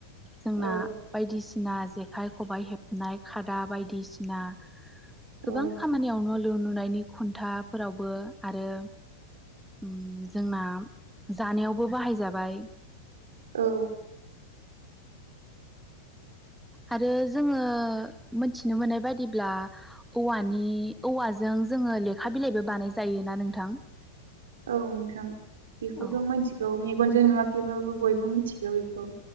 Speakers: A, in the centre; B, on the right.
A: जोंना
B: औ
A: बायदिसिना जेखाइ खबाइ हेबनाय खादा बायदिसिना
B: औ
A: गोबां खामानियावनो न' लुनायनि खुन्थाफोरावबो आरो ओम जोंना जानायावबो बाहायजाबाय।
B: औ
A: आरो जोंङो मोनथिनो मोननाय बायदिब्ला औवानि औवाजों जोङो लेखा बिलाइबो बानाय जायोना नोंथां?
B: औ नोंथां बेखौथ'
A: औ
B: मिथिगौ मे मेगनजों नुवाखैबाबो बयबो मिथिगौ बेखौ।